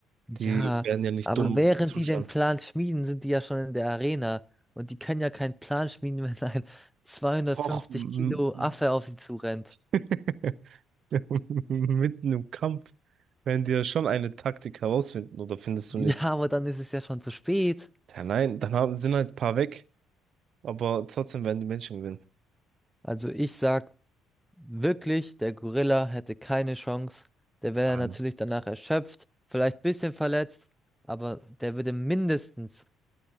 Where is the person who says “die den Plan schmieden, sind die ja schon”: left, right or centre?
Centre